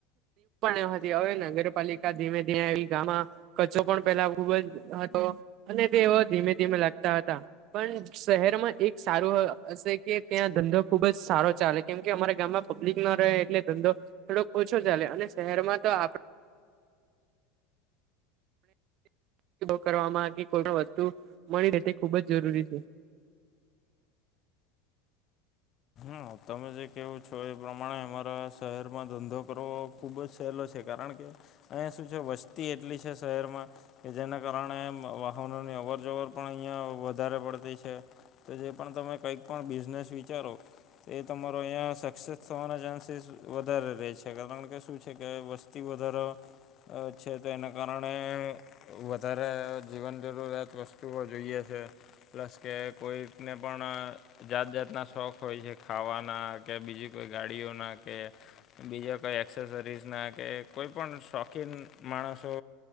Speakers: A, on the right; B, on the left.
A: એ હવે નગરપાલિકા ધીમે ધીમે આવી ગામ કચ્ચો પણ પેલા ખૂબ જ હતો, અને તે એવા ધીમે ધીમે લાગતા હતા. પણ શહેરમાં એક સારું હશે કે ત્યાં ધંધો ખુબ જ સારો ચાલે. કેમ કે અમારા ગામમાં પબ્લિક ન રહે એટલે ધંધો થોડોક ઓછો ચાલે અને શહેરમાં તો આપ કરવામાં કે કોઈ પણ વસ્તુ મળી રહે તે ખુબ જ જરૂરી છે.
B: હ તમે જે કહેવું છો એ પ્રમાણે અમારા શહેરમાં ધંધો કરવો ખૂબ જ સહેલો છે કારણ કે અહીંયા શું છે વસ્તી એટલી છે શહેરમાં કે જેના કારણે વાહનોની અવર જવર પણ અહીંયા વધારે પડતી છે. તો જે પણ તમે કંઈક પણ બિઝનેસ વિચારો. તો એ તમારો અહીંયા સક્સેસ થવાના ચાન્સીસ વધારે રહે છે કારણ કે શું છે કે વસ્તુ અતિ વધારો છે, તો એના કારણે વધારે જીવન જરૂરિયાત વસ્તુઓ જોઈએ છે. પ્લસ કે કોઈકને પણ જાત જાતના શોખ હોય છે. ખાવાના કે બીજી કોઈ ગાડીઓના કે બીજા કંઈ એક્સેસરીઝના કે કોઈ પણ શોખીન માણસો